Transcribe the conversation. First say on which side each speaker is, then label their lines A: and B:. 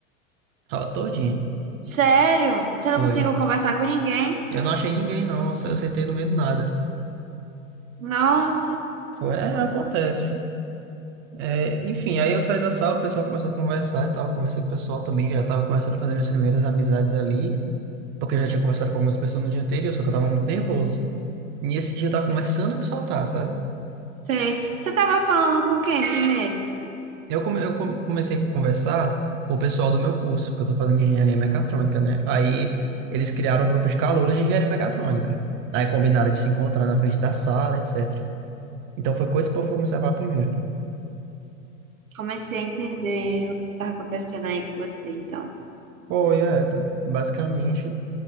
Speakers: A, on the right; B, on the right.
A: Fala todinha.
B: Sério? Você
A: Foi.
B: não conseguiu conversar com ninguém?
A: Eu não achei ninguém, não. Eu sentei no meio do nada.
B: Nossa,
A: Foi, é, acontece. É, enfim, aí eu saí da sala, o pessoal começou a conversar e tal. Conversei com o pessoal também, já tava começando a fazer minhas primeiras amizades ali, porque eu já tinha conversado com algumas pessoas no dia anterior, só que eu tava muito nervoso. E esse dia eu tava começando a me soltar, sabe?
B: sei. Você tava falando com quem primeiro?
A: Eu, come- eu come- comecei a conversar com o pessoal do meu curso, porque eu tô fazendo engenharia mecatrônica, né? Aí eles criaram um grupo de calouros de engenharia mecatrônica. Aí combinaram de se encontrar na frente da sala, etc. Então foi com esse povo que eu comecei a falar primeiro.
B: Comecei a entender o que que tá acontecendo aí com você, então.
A: Pô, é, basicamente,